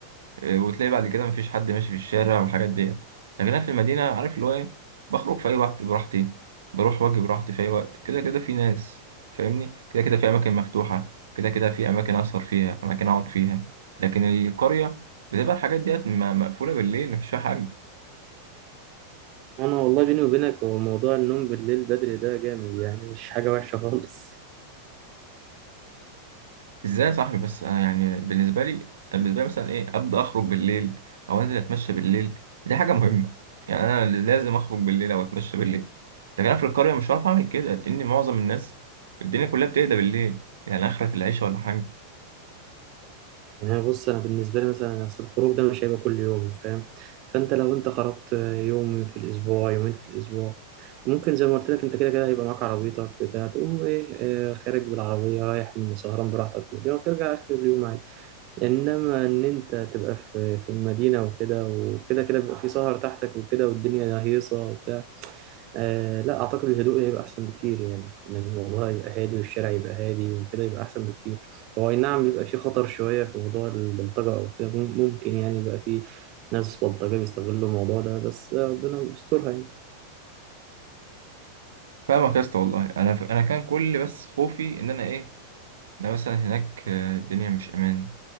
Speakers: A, on the right (about 65°); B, on the right (about 40°).
A: إيه، وتلاقي بعد كده مفيش حد ماشي في الشارع والحاجات دي لكن أنا في المدينة عارف اللي هو إيه بخرج في أي وقت براحتي بروح وأجي براحتي في أي وقت كده كده في ناس فاهمني كده كده في أماكن مفتوحة كده كده في أماكن أسهر فيها أماكن أقعد فيها لكن القرية بتبقى الحاجات ديت م- مقفولة بالليل مفيش فيها حاجة
B: انا والله بيني وبينك هو موضوع النوم بالليل بدري ده جامد يعني مش حاجه وحشه خالص
A: ازاي يا صاحبي بس انا يعني بالنسبه لي بالنسبه لي مثلا ايه ابدا اخرج بالليل او انزل اتمشى بالليل دي حاجه مهمه يعني انا لازم اخرج بالليل او اتمشى بالليل لكن انا في القريه مش هعرف اعمل كده لان معظم الناس الدنيا كلها بتهدى بالليل يعني اخرك العيشه ولا حاجه
B: يعني أنا بص انا بالنسبه لي مثلا اصل الخروج ده مش هيبقى كل يوم فاهم فانت لو انت خرجت يوم في الاسبوع يومين في الاسبوع ممكن زي ما قلت لك انت كده كده هيبقى معاك عربيتك بتاع تقوم ايه آه، خارج بالعربيه رايح سهران براحتك دي وترجع اخر اليوم عادي انما ان انت تبقى في في المدينه وكده وكده كده بيبقى في سهر تحتك وكده والدنيا هيصه وبتاع آه لا اعتقد الهدوء هيبقى احسن بكتير يعني ان الموضوع يبقى هادي والشارع يبقى هادي وكده يبقى احسن بكتير هو اي نعم يبقى في خطر شويه في موضوع البلطجه او كده مم- ممكن يعني يبقى في ناس بلطجه بيستغلوا الموضوع ده بس ربنا يسترها يعني
A: فاهمك يا اسطى والله انا ف... انا كان كل بس خوفي ان انا ايه انا مثلا هناك آه، الدنيا مش امان